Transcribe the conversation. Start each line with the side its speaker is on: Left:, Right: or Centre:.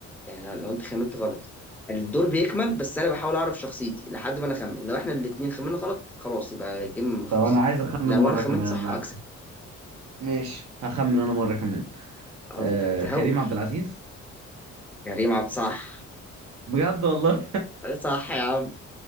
Centre: يعني لو لو انت خمنت غلط الدور بيكمل بس انا بحاول اعرف شخصيتي لحد ما انا اخمن لو احنا الاتنين خمنا غلط خلاص يبقى الجيم خلص
Right: طب انا عايز اخمن
Centre: لو
Right: مرة
Centre: انا خمنت
Right: كمان
Centre: صح
Right: انا
Centre: اكسب
Right: ماشي هخمن انا مرة كمان
Centre: اه
Right: آه
Centre: انت متهور
Right: كريم عبد العزيز
Centre: كريم عبد صح
Right: بجد والله
Centre: صح يا عم